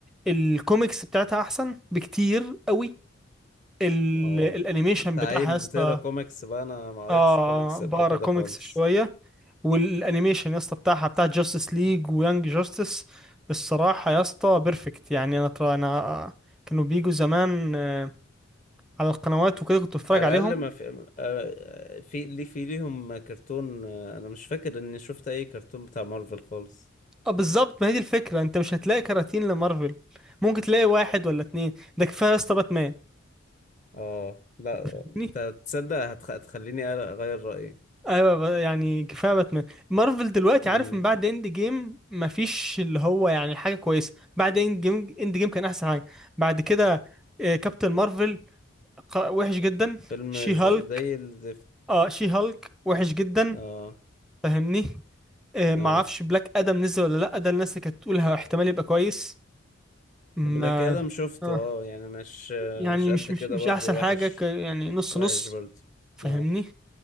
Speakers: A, in the centre; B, on the left.
A: الكوميكس بتاعتها احسن بكتير قوي ال...
B: اه
A: الانيميشن
B: انت
A: بتاعها
B: عيل
A: يا اسطى
B: بتقرا كوميكس بقى انا ما قريتش
A: اه
B: كوميكس
A: بقرا
B: قبل كده
A: كوميكس
B: خالص
A: شويه والانيميشن يا اسطى بتاعها بتاع جاستس ليج ويانج جاستس الصراحه يا اسطى بيرفكت يعني انا طبعا انا آه، كانوا بيجوا زمان آه، على القنوات وكده كنت بتفرج
B: على
A: عليهم
B: الاقل ما في آه، في ليه في ليهم كرتون آه، انا مش فاكر اني شفت اي كرتون بتاع مارفل خالص
A: اه بالظبط ما هي دي الفكره انت مش هتلاقي كراتين لمارفل ممكن تلاقي واحد ولا اتنين ده كفايه يا اسطى باتمان
B: اه لا
A: <laughs>
B: ت- تصدق هتخ... هتخليني أر- اغير رايي
A: ايوه ب- يعني كفايه باتمان مارفل دلوقتي
B: امم
A: عارف من بعد اند جيم مفيش اللي هو يعني حاجه كويسه بعد اند جيم اند جيم كان احسن حاجه بعد كده آه، كابتن مارفل ق- وحش جدا
B: فيلم
A: شي
B: ز-
A: هالك
B: زي الزفت
A: اه شي هالك وحش جدا
B: اه
A: فاهمني آه ما
B: اه
A: اعرفش بلاك ادم نزل ولا لا ده الناس اللي كانت تقولها احتمال يبقى كويس ما
B: بلاك ادم شفته
A: آه
B: اه يعني مش آه،
A: يعني
B: مش قد
A: مش مش
B: كده
A: مش
B: برضو
A: احسن حاجه
B: وحش
A: ك يعني نص
B: وحش
A: نص
B: برضو
A: فاهمني
B: اه